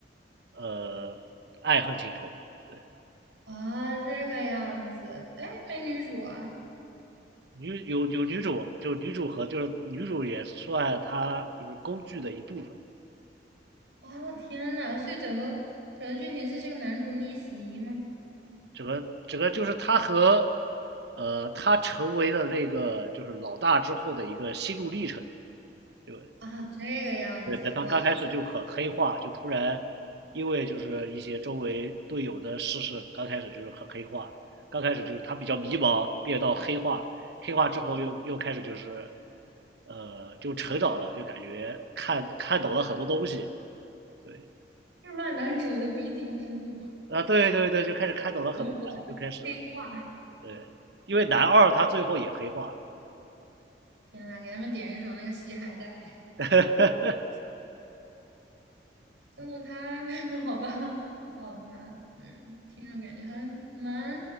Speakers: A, on the right; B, on the right.
A: 呃爱恨情仇。对，
B: 啊，这个样子，哎，没女主啊！
A: 女有有女主，就是女主和就是女主也算她就是工具的一部分，
B: 哦，天呐，所以整个整个剧情是这个男主逆袭吗？
A: 整个整个就是她和呃她成为了那个就是老大之后的一个心路历程。就
B: 啊，这个样子，
A: 对，在刚刚开始就很黑化，
B: 哇，
A: 就突然因为就是一些周围队友的逝事，刚开始就是很黑化，刚开始就是他比较迷茫，变到黑化，黑化之后又又开始就是，呃，就成长了，就感觉看看懂了很多东西，对，
B: 日漫男主的必经之路，
A: 啊，对对对，就开始看懂了很多东西，
B: 嗯
A: 就开始
B: 黑化！
A: 对，因为男二他最后也黑化了，
B: 天呐，给他们点一首那个《洗海带》，
A: <laughs>
B: 真的太 <laughs> 好吧？好难，那嗯，听着感觉还蛮，